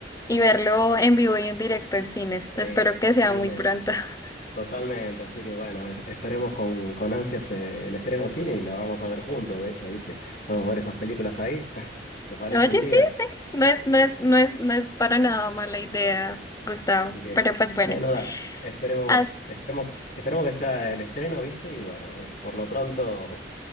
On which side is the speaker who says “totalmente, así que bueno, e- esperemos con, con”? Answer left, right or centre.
Left